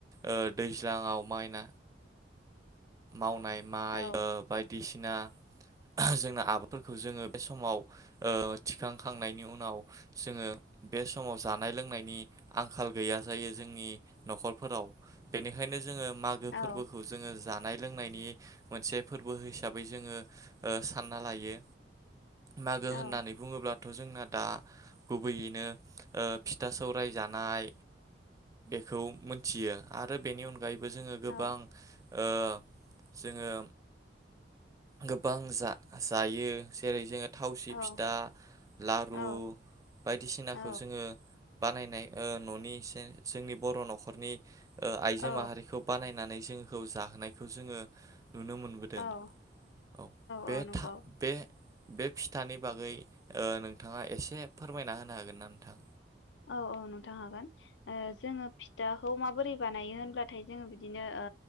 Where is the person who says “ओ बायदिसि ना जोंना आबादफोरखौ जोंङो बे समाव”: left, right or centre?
Right